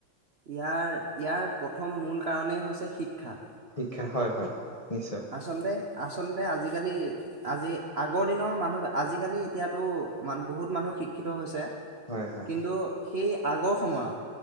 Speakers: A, on the right (about 50°); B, on the left (about 25°).
A: ইয়াৰ ইয়াৰ প্ৰথম মূল কাৰণেই হৈছে শিক্ষা।
B: শিক্ষা হয় হয়। নিশ্চয়
A: আচলতে আচলতে আজিকালি। আজি আগৰ দিনৰ মানুহ আজিকালি এতিয়াতো মান বহুত মানুহ শিক্ষিত হৈছে।
B: হয় হয়
A: কিন্তু সেই আগৰ সময়ত